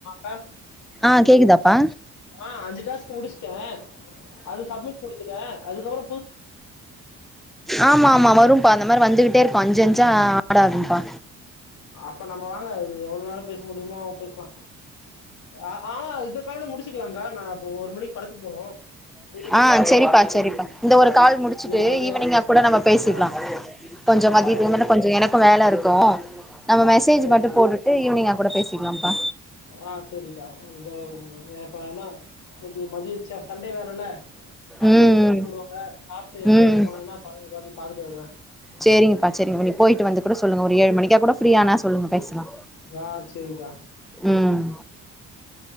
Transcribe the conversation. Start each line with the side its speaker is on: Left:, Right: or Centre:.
Left: ஆ
Centre: ஆ கேக்குதாப்பா
Left: ஆ அஞ்சு டாஸ்க் முடிச்ட்டே அது சப்மிட் குடுத்துட்டே அதுக்கப்பற
Centre: ஆமாம்மா வரும்பா அந்த மாரி வந்துகிட் ட்டே இருக்கு அஞ்சஞ்சா ஆடாகும்பா
Left: அப்ப நம்ம வாங்க இது எவ்ளோ நேர பேச முடியுமோ பேசலா அ ஆ இது இத்தோட முடிச்சுக்லாங்க்கா நா இப்ப ஒரு மணிக்கு படத்துக்கு போணு போயிட்டு குளிச்ட்டு
Centre: ஆ செரிப்பா
Left: இன்னைக்கு
Centre: செரிப்பா இந்த ஒரு கால் முடிச்சுட்டு
Left: இன்னைக்கு மதியானம்
Centre: ஈவ்னிங்கா கூட நம்ம பேசிக்லா
Left: ஆ
Centre: கொஞ் கொஞ்ச
Left: ஆ
Centre: மதியத்துக்கு
Left: ஓகே.
Centre: மேல கொஞ்ச எனக்கு வேல இருக்கு நம்ம மெசேஜ்
Left: சரி,
Centre: மட்டு
Left: சரி,
Centre: போட்டுட்டு
Left: சரி.
Centre: ஈவ்னிங்கா கூட பேசிக்லாம்ப்பா
Left: ஆ சேரிக்கா இதோட இப்ப என்னா இன்னக்கி மதியச் சே சண்டே வேரல ஹாஸ்டல்ல
Centre: ம்
Left: சிக்கன் போடுவாங்க சாப்ட்டு
Centre: ம்
Left: கெளம்பி போனனா படம் பாக் பாத்துட்டு வருவ
Centre: சேரிங்கப்பா சேரிங்கா நீ போயிட்டு வந்து கூட சொல்லுங்க ஒரு ஏழு மணிக்கா கூட ஃப்ரீயானா சொல்லுங்க பேசலா
Left: ஆ சரிக்கா.
Centre: ம்